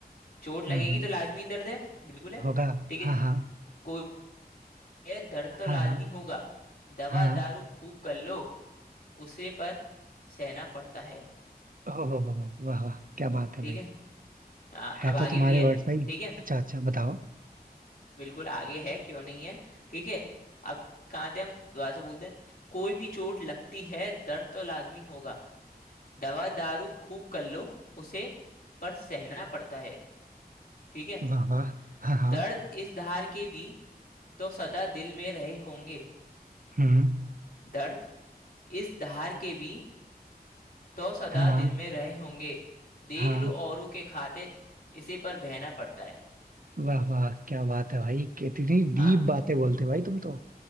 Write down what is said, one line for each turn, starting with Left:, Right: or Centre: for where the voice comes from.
Left: चोट लगेगी
Right: हम्म हम्म,
Left: तो लाजमी दर्द है बिल्कुल है
Right: होगा
Left: ठीक
Right: हाँ
Left: है
Right: हाँ
Left: कोई है दर्द तो
Right: हाँ
Left: लाजमी
Right: हाँ
Left: होगा दवा
Right: हाँ
Left: दारू खूब कर लो उसे पर सहना पड़ता है
Right: ओह हो, हो, हो, वाह वाह क्या बात है
Left: ठीक
Right: भाई
Left: है आ-
Right: है
Left: अब आगे
Right: तो तुम्हारे
Left: भी है
Right: वर्ड्स भाई
Left: ठीक है
Right: अच्छा अच्छा बताओ
Left: बिल्कुल आगे है क्यों नहीं है ठीक है अब कहाँ थे हम दोबारा से बोलते हैं कोई भी चोट लगती है दर्द तो लाजमी होगा दवा दारू खूब कर लो उसे पर सहना पड़ता है ठीक है
Right: वाह वाह हाँ हाँ
Left: दर्द इस धार के भी तो सदा दिल में रहे होंगे
Right: हम्म
Left: दर्द इस धार के भी तो सदा
Right: हाँ हाँ
Left: दिल में रहे होंगे देख
Right: हाँ।
Left: लो औरों के खातिर इसे पर बहना पड़ता है
Right: वाह वाह क्या बात है भाई कितनी डीप
Left: हाँ
Right: बातें बोलते हो भाई तुम तो